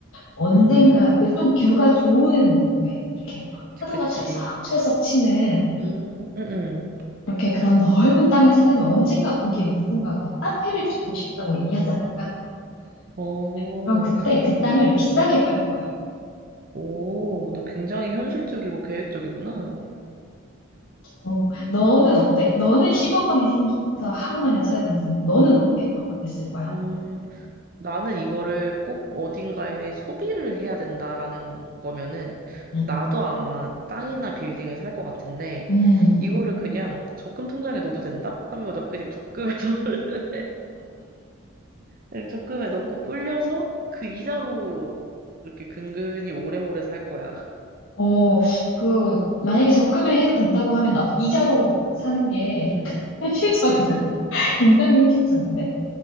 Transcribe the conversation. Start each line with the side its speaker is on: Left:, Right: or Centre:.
Left: 언젠가
Right: 응, 응.
Left: 그 좀 뷰가 좋은 왜 이렇게 막 파도가
Right: 그치, 그치.
Left: 철썩철썩 치는
Right: 음, 응, 응.
Left: 이렇게 그런 넓은 땅을 사려면 언젠가 거기에 누군가가 카페를 짓고 싶다고 얘기하지 않을까?
Right: 어,
Left: 그럼 그때 그
Right: 어,
Left: 땅을 비싸게 팔 거야.
Right: 오, 너 굉장히 현실적이고 계획적이구나.
Left: 어, 너는 어때? 너는 10억 원이 생겨서 하루 만에 써야 된다면 너는 어때? 어떻게 쓸 거야?
Right: 음, 나는 이거를 꼭 어딘가에 소비를 해야 된다라는 거면은,
Left: 응.
Right: 나도 아마 땅이나 빌딩을 살 것 같은데,
Left: 음,
Right: 이거를 그냥 적금 통장에 넣어도 된다? 하면 나 그냥 적금에 <laughs> 넣을, 그냥 적금에 넣고 불려서 그 이자로 이렇게 근근히 오래오래 살 거야.
Left: 어, 그, 만약에 적금에 해도 된다고 하면 나도 이자로 사는 게
Right: 응,
Left: <laughs> 현실적이다.
Right: 그치.
Left: <laughs> 굉장히 현실적인데?